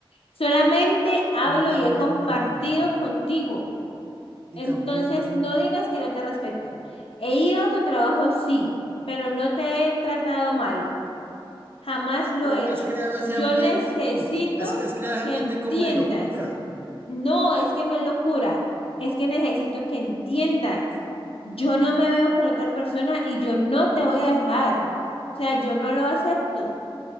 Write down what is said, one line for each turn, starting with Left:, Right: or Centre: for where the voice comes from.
Left: Solamente hablo
Right: yo también
Left: y he compartido
Right: para ti,
Left: contigo.
Right: y
Left: Entonces,
Right: también,
Left: no digas que no te respeto. He ido a tu trabajo, sí, pero no te he tratado mal. Jamás lo
Right: pero
Left: he hecho.
Right: has creado ese
Left: Yo
Right: ambiente
Left: necesito
Right: como, has, has creado ese
Left: que
Right: ambiente
Left: entiendas.
Right: como de locura.
Left: No, es que no es locura, es que necesito que entiendas. Yo no me veo con otra persona y yo no te voy a dejar. O sea, yo no lo acepto.